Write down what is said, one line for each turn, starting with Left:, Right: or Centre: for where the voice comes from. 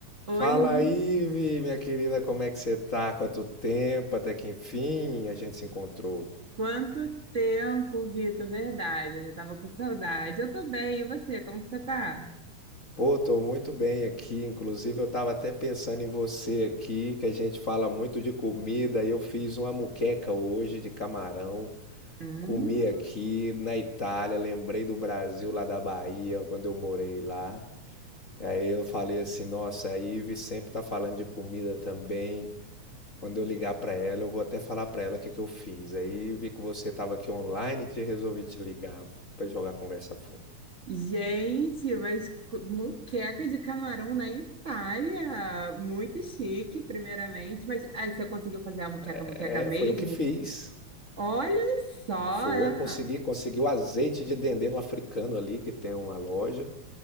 Right: Oi,
Left: Fala
Right: Vi.
Left: aí, Vi, minha querida, como é que você tá? Quanto tempo, até que enfim a gente se encontrou.
Right: Quanto tempo, Vitor? Verdade, eu já tava com saudade. Eu tô bem, e você? Como que você tá?
Left: Pô, tô muito bem aqui, inclusive eu tava até pensando em você aqui, que a gente fala muito de comida, e eu fiz uma muqueca hoje de camarão,
Right: Hum,
Left: comi aqui na Itália, lembrei do Brasil lá da Bahia, quando eu morei lá. Aí eu falei assim, nossa, a Ive sempre tá falando de comida também. Quando eu ligar para ela, eu vou até falar para ela o que que eu fiz. Aí vi que você estava aqui online, e te resolvi te ligar para jogar a conversa fora.
Right: gente, mas cu- moqueca de camarão na Itália. Muito chique, primeiramente. Mas ah, você conseguiu fazer a moqueca,
Left: É,
Right: moqueca mesmo?
Left: foi eu que fiz.
Right: Olha só! ah,
Left: Foi, consegui, consegui o azeite de dendê no africano ali, que tem uma loja.